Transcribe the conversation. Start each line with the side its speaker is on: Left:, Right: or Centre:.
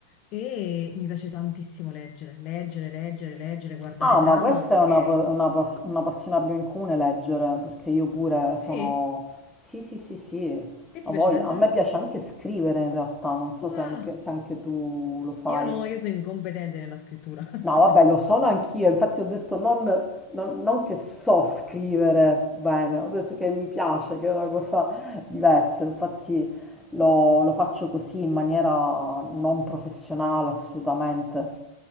Left: E mi piace tantissimo leggere, leggere, leggere, leggere, guardare
Centre: Ah,
Left: drama,
Centre: ma questa
Left: ok.
Centre: è una, pa- una pas- una passione che abbiamo in comune, leggere, perché io pure
Left: Sì?
Centre: sono... Sì, sì, sì, sì,
Left: Che ti
Centre: ho
Left: piace
Centre: voglia.
Left: leggere?
Centre: A me piace anche scrivere in realtà, non so
Left: Wow!
Centre: se anche se anche tu lo fai.
Left: Io no, io sono incompetente nella scrittura. <laughs>
Centre: No, vabbè, lo sono anch'io, infatti ho detto non, non- non che so scrivere bene, ho detto che mi piace, che è una cosa diversa, infatti lo, lo faccio così in maniera non professionale assolutamente.